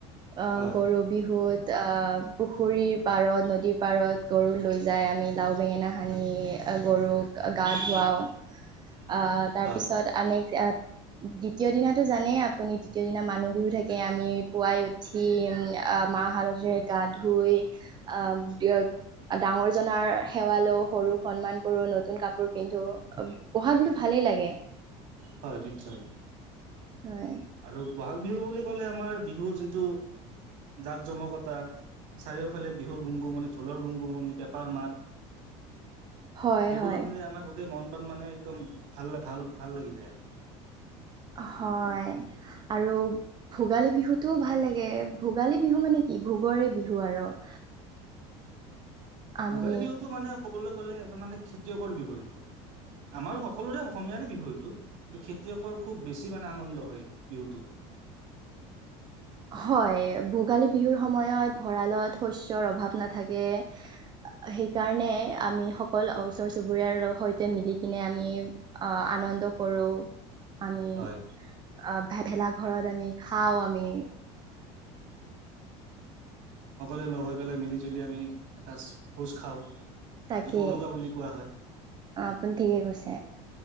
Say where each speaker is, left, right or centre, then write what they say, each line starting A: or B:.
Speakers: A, on the right; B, on the right.
A: আহ
B: হয়
A: গৰু বিহুত আহ পুখুৰীৰ পাৰত, নদীৰ পাৰত গৰু লৈ যায় আমি লাও, বেঙেনা সানি গৰুক গা ধুৱাওঁ আহ, তাৰপিছত
B: হয়
A: আনেক দ্বিতীয় দিনাটো জানেই আপুনি দ্বিতীয় দিনা মানুহ বিহু থাকে আমি পুৱাই উঠি আহ, মাহ হালধিৰে গা ধুই, আহ ডাঙৰ জনাৰ সেৱা লও, সৰুক সন্মান কৰো, নতুন কাপোৰ পিন্ধো বহাগ বিহু ভালেই লাগে।
B: হয়, নিশ্চয়।
A: হয়।
B: আৰু বহাগ বিহু বুলি কলে আমাৰ বিহু যোনটো জাক -জমকতা চাৰিওফালে বিহুৰ গুমগুমনি ঢোলৰ -গুমগুমনি, পেঁপাৰ মাত
A: <inaudible> হয়
B: সেইবোৰ
A: হয়
B: শুনিলে আমাৰ গোটেই মন প্ৰান মানে একদম ভাল -ভাল -ভাল লাগি যায়।
A: হয়। আৰু ভোগালী বিহুটোও ভাল লাগে। ভোগালী বিহু মানে কি ভোগৰে বিহু আৰু। <inaudible> আমি
B: ভোগালী বিহুটো মানে ক'বলৈ গ'লে এটা মানে খেতিয়কৰ বিহু এইটো। আমাৰ সকলোৰে অসমীয়াৰে বিহু এইটো কিন্তু, খেতিয়কৰ খুব বেছি মানে আনন্দ হয় বিহুটো।
A: <inaudible> হয়, ভোগালী বিহুৰ সময়ত ভঁৰালত শস্যৰ অভাৱ নাথাকে <inaudible> সেইকাৰণে আমি সকলো ওচৰ- চুবুৰীয়াৰ সৈতে মিলি কিনে আমি আহ আনন্দ আনন্দ কৰোঁ। আমি
B: হয়
A: অহ ভে -ভেলা ঘৰত আমি খাও আমি।
B: সকলোৱে লগ হৈ পেলাই মিলি -জুলি আমি এসাঁজ ভোজ খাওঁ।
A: তাকে
B: যিটো উৰুকা বুলি কোৱা হয়।
A: আপুনি ঠিকে কৈছে